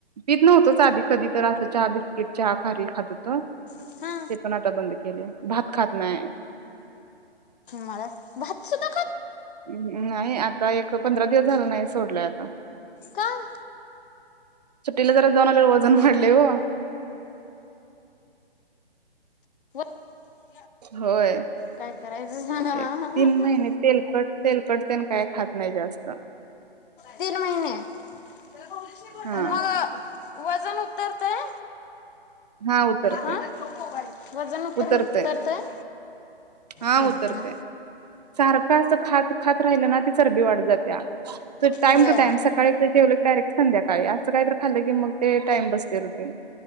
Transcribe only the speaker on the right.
पीत नव्हतोच आधी कधी तर आसं चहा बिस्किट चहा खारी खात होतो. ते
पण आता बंद केले. भात खात नाय
हम ह नाही आत ह्या एक पंधरा दिवस झाल नाही सोडलंय आता
सुट्टीला जरा जाऊन आल्यावर वजन वाढलंय ओ.
होय,
एक तीन महिने तेलकट तेलकटतेन काय खात नाही जास्त
हा
हा उतरते
उतरते
हा
उतरते
सारखं असं खात खात राहिलं ना की चरबी वाढत जातीया तर टाइम
टू टाइम सकाळी एकदा जेवलं की डायरेक्ट संध्याकाळी असं काही तर खाल्लं की मग ते टाइम बसते रुटीन